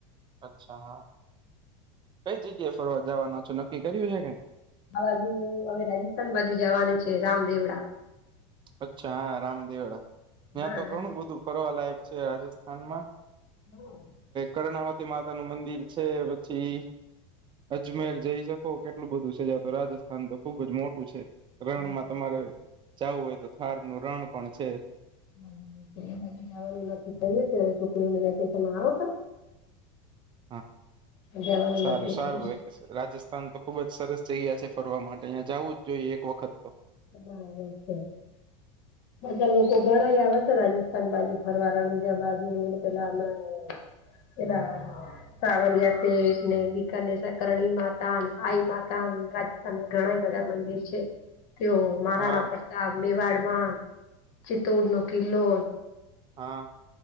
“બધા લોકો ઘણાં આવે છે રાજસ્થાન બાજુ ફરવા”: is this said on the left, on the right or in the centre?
Left